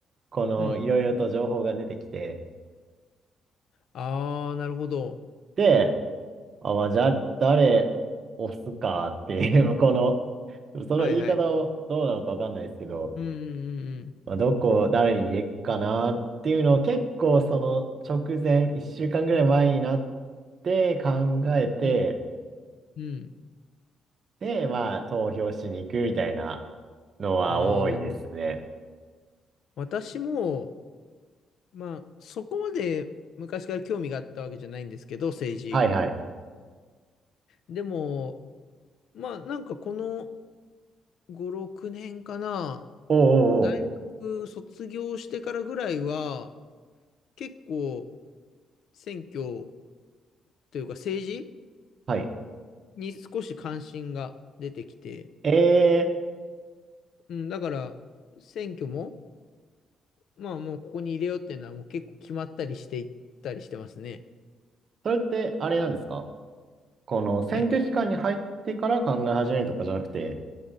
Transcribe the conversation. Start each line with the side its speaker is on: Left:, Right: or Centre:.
Right: この、
Left: うん。
Right: いろいろと情報が出てきて、
Left: ああ、なるほど。
Right: で、あ、まあ、じゃあ、誰押すかっていう、<laughs> この、その言い方をどうなのかわかんないですけど、
Left: はいはい。うんうん
Right: まあ、どこ、誰に入れっかなっていうのを結構その直前、1週間ぐらい前になって考えて、
Left: うんうん。うん。うん
Right: で、まあ、投票しに行くみたいなのは多いですね。
Left: ああ、私も、まあ、そこまで昔から興味があったわけじゃないんですけど、政治。
Right: はいはい。
Left: でも、まあ、なんかこの5、6年かな、
Right: おうおうおう。
Left: 大学卒業してからぐらいは、結構、選挙というか政治
Right: はい。
Left: に少し関心が出てきて、
Right: えー、
Left: うん、だから選挙も、まあもうここに入れようっていうのはもう結構決まったりしていったりしてますね。
Right: それってあれなんですかこの選挙期間に入ってから考え始めるとかじゃなくて、
Left: はい。